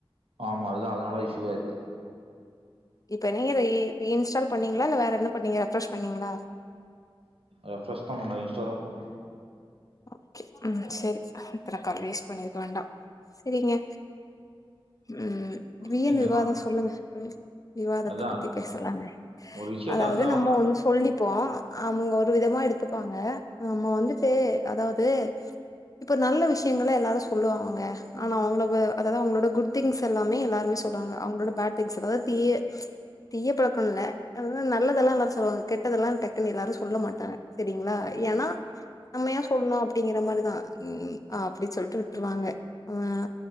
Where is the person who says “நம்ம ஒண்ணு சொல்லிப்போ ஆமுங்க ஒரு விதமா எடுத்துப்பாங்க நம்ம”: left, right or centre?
Left